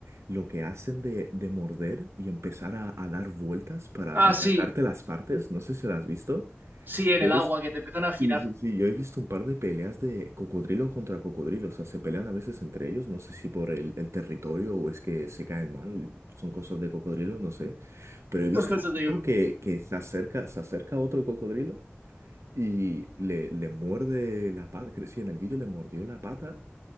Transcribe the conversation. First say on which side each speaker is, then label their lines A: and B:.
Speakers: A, on the right; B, on the right.
A: lo que hacen de, de morder y empezar a, a dar vueltas para
B: Ah,
A: arrancarte
B: sí,
A: las partes, no sé si lo has visto.
B: sí, en
A: Yo
B: el
A: he
B: agua,
A: visto,
B: que te empiezan a girar.
A: sí, sí, sí, yo he visto un par de peleas de cocodrilo contra cocodrilo, o sea, se pelean a veces entre ellos, no sé si por el, el territorio o es que se caen mal, son cosas de cocodrilos, no sé, pero he visto
B: <laughs> Cosas de-
A: uno que, que se acerca, se acerca a otro cocodrilo. Y le, le muerde la pata, creo sí, en el vídeo le mordió la pata